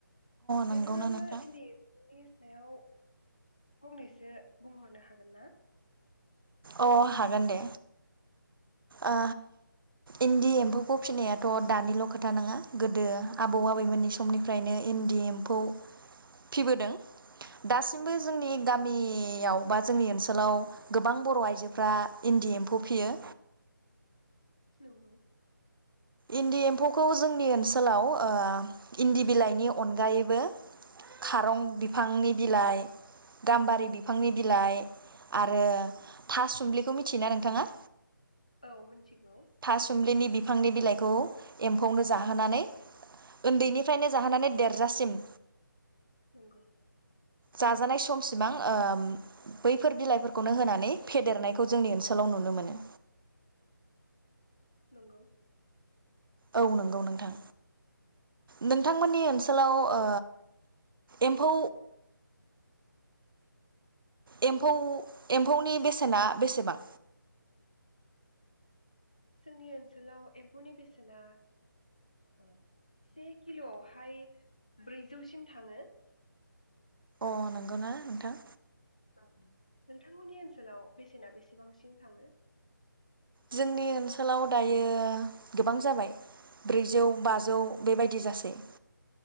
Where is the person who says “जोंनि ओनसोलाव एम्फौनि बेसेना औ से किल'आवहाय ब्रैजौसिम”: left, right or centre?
Left